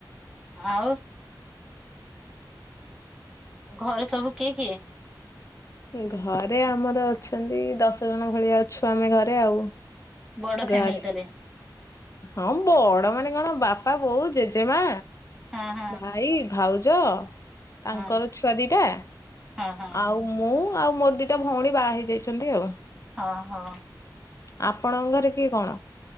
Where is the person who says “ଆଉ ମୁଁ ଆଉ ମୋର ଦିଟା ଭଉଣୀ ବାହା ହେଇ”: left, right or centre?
Left